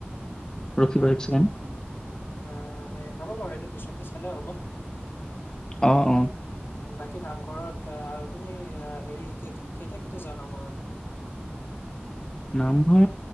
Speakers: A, on the left; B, on the left.
A: ৰখিব এক ছেকেণ্ড।
B: আহ সেই হ'ব বাৰু এইটো পিছতকে চালেও হ'ব।
A: অ' অ'।
B: বাকী নামঘৰত তুমি হেৰি কেতিয়া, কেতিয়া যোৱা নামঘৰত?
A: নামঘৰ